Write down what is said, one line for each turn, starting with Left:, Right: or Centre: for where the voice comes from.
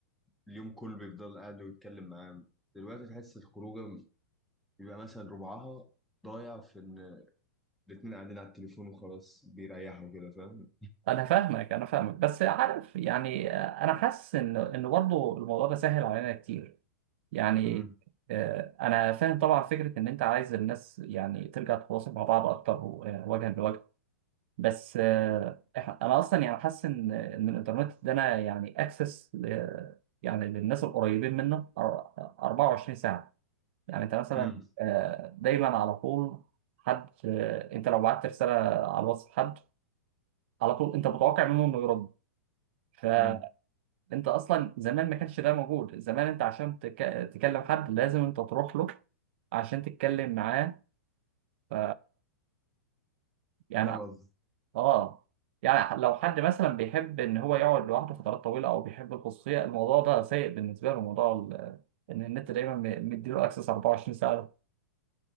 Centre: اليوم كله بيفضل قاعد ويتكلم معاه دلوقتي تحس الخروجه بيبقى مثلا ربعها ضايع في ان الاتنين قاعدين على التليفون وخلاص بيريحوا كده فاهم
Right: انا فاهمك انا فاهمك بس عارف يعني آه، انا حاسس ان ان برضه الموضوع ده سهل علينا كتير يعني
Centre: امم
Right: آه، انا فاهم طبعا فكره ان انت عايز الناس يعني ترجع تتواصل مع بعض اكتر آه، وجها لوجه بس آه، إح- انا اصلا يعني حاسس ان ان الانترنت ده انا يعني اكسس يعني للناس القريبين منه أر- 24 ساعه يعني انت مثلا
Centre: امم
Right: آه، دايما على طول حد آه، انت لو بعت رساله على الواتس حد على طول انت متوقع منه انه يرد فانت
Centre: امم
Right: اصلا زمان ما كانش ده موجود زمان انت عشان تك... تكلم حد لازم انت تروح له عشان تتكلم معاه ف... يعني
Centre: فاهم قصدي
Right: اه يعني لو حد مثلا بيحب ان هو يقعد لوحده فترات طويله او بيحب الخصوصيه الموضوع ده سيء بالنسبه له موضوع ال- ان النت دايما م- مديله اكسس 24 ساعه